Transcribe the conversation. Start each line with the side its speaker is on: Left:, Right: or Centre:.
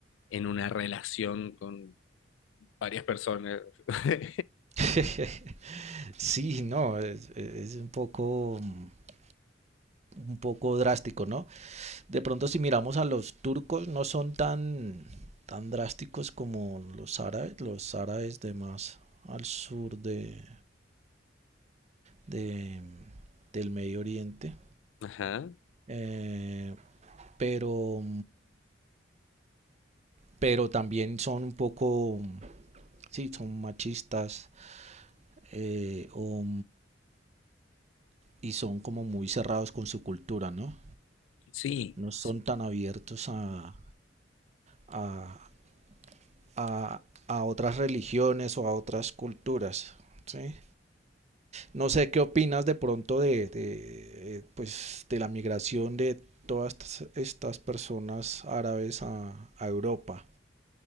Left: en una relación con varias personas. <laughs>
Right: <laughs> sí, no, es, es un poco mm, un poco drástico, ¿no? De pronto si miramos a los turcos no son tan, tan drásticos como los árabes, los árabes de más al sur de, de del Medio Oriente,
Left: Ajá.
Right: eh, pero, pero también son un poco, sí, son machistas eh, o, y son como muy cerrados con su cultura, ¿no?
Left: Sí,
Right: No son
Left: s-
Right: tan abiertos a, a, a, a otras religiones o a otras culturas. ¿sí? No sé qué opinas de pronto de, de, eh, pues, de la migración de todas estas, estas personas árabes a, a, Europa.